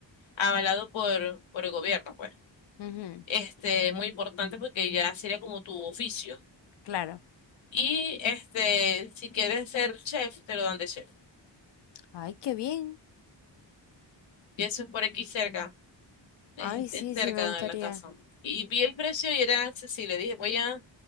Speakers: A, on the left (about 85°); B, on the left (about 65°).
A: avalado por, por el gobierno, pues.
B: ujú,
A: Este, muy importante porque ya sería como tu oficio.
B: Claro.
A: Y este, si quieres ser chef, te lo dan de chef.
B: Ay, qué bien.
A: Y eso es por aquí cerca, es,
B: Ay, sí,
A: es cerca
B: sí, me gustaría.
A: de la casa. Y vi el precio y era accesible. Dije, voy a,